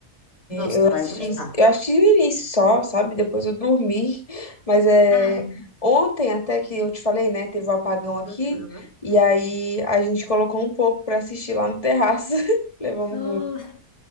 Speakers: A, on the left (about 80°); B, on the left (about 25°).
A: Nossa,
B: Eu
A: tu vai
B: assisti,
A: gostar.
B: eu assisti o início só, sabe? Depois eu dormi. <laughs> Mas é
A: Ah,
B: ontem até que eu te falei, né? Teve um apagão aqui,
A: uhum.
B: e aí a gente colocou um pouco pra assistir lá no terraço. <laughs> Levamos
A: Nossa,